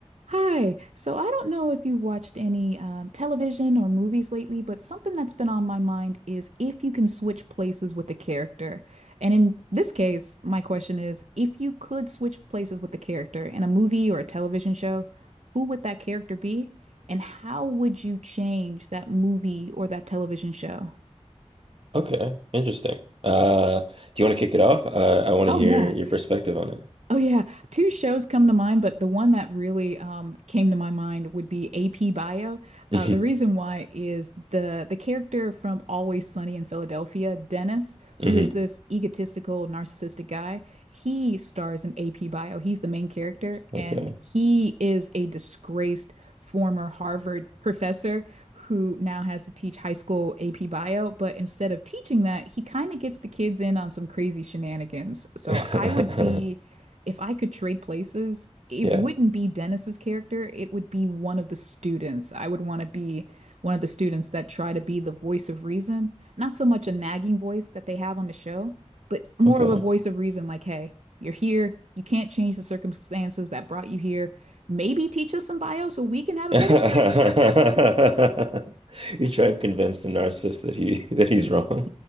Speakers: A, on the right (about 70°); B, on the right (about 55°).
A: Hi. So I don't know if you've watched any um, television or movies lately, but something that's been on my mind is if you can switch places with the character. And in this case, my question is, if you could switch places with the character in a movie or a television show, who would that character be? And how would you change that movie or that television show?
B: Okay, interesting. Uh, do you want to kick it off? Uh, I want
A: Oh,
B: to hear
A: yeah.
B: your perspective on
A: Oh yeah, two shows come to mind, but the one that really um, came to my mind would be AP Bio.
B: it.
A: Uh, the reason why is the the character from Always Sunny in Philadelphia, Dennis, who
B: <laughs> hmm
A: is this egotistical, narcissistic guy. He stars in AP Bio. He's the main character,
B: Okay.
A: and he is a disgraced former Harvard professor who now has to teach high school AP Bio. But instead of teaching that, he kind of gets the kids in on some crazy shenanigans. So
B: <laughs>
A: I would be if I could trade places, it
B: Yeah.
A: wouldn't be Dennis's character. It would be one of the students. I would want to be one of the students that try to be the voice of reason. Not so much a nagging voice that they have on the show, but more
B: Okay.
A: of a voice of reason like, hey, you're here. You can't change the circumstances that brought you here. Maybe teach us some bio so we can have
B: <laughs>
A: a better <laughs> future.
B: You try and convince the narcissist that he <laughs> that he's wrong.